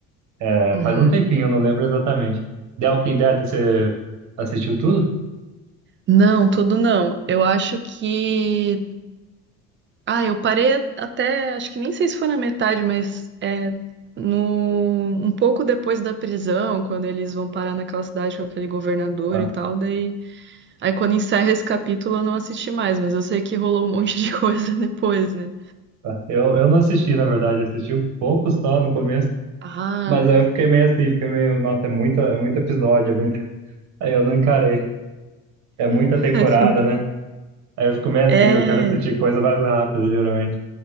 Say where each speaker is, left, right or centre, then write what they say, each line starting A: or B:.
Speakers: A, on the right (about 60°); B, on the right (about 35°).
A: É,
B: Uhum.
A: faz um tempinho, eu não lembro exatamente. The Walking Dead, você assistiu tudo?
B: Não, tudo não. Eu acho que. Ah, eu parei até. Acho que nem sei se foi na metade, mas é no... um pouco depois da prisão, quando eles vão parar naquela cidade com aquele governador
A: Ah,
B: e tal. Daí. Aí quando encerra esse capítulo eu não assisti mais, mas eu sei que rolou um monte de <laughs> coisa depois, né?
A: tá. Eu, eu não assisti, na verdade, assisti um pouco só no começo,
B: Ah,
A: mas aí eu fiquei meio assim, fiquei meio, nossa, é muita, é muito episódio, é muito... aí eu não encarei. É muita
B: <laughs>
A: temporada,
B: assim.
A: né? Aí eu fico meio assim,
B: É.
A: eu quero assistir coisa mais rápida, geralmente.